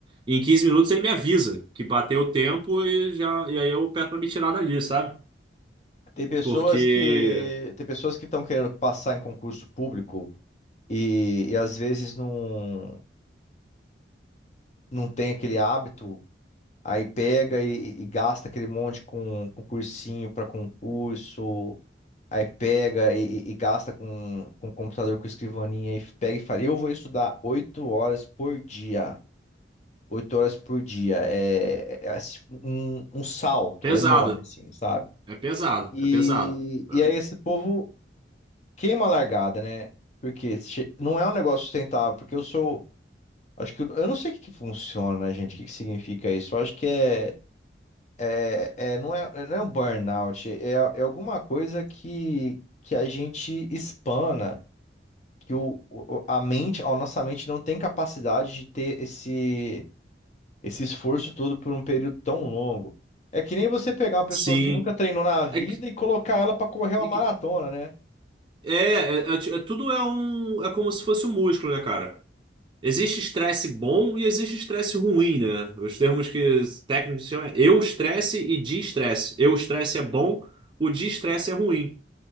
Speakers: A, on the right; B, on the left.
A: E em 15 minutos ele me avisa que bateu o tempo e já, e aí eu peço pra me tirar dali, sabe?
B: Tem pessoas
A: Porque
B: que tem pessoas que estão querendo passar em concurso público e, e às vezes não, não tem aquele hábito, aí pega e, e gasta aquele monte com, com cursinho para concurso, Aí pega e, e- e gasta com, com o computador, com escrivaninha, e pega e fala: Eu vou estudar oito horas por dia. Oito horas por dia. É, é assim, um, um salto
A: pesado.
B: enorme, assim, sabe?
A: É pesado,
B: E,
A: é pesado. né?
B: e aí esse povo queima a largada, né? Porque che- não é um negócio sustentável, porque eu sou. Acho que eu, eu não sei o que que funciona, gente. O que que significa isso? Eu acho que é, é, é- não é, não é um burnout, é, é alguma coisa que, que a gente espana. que o, o- a mente, a nossa mente não tem capacidade de ter esse, esse esforço todo por um período tão longo. É que nem você pegar uma pessoa
A: Sim.
B: que nunca treinou na vida
A: É que
B: e colocar ela para correr uma
A: E
B: maratona,
A: que-
B: né?
A: É, é, é ti- é tudo é um, é como se fosse um músculo, né, cara? Existe estresse bom e existe estresse ruim, né? Os termos que os técnicos chamam é eu estresse e de estresse. Eu estresse é bom, o de estresse é ruim.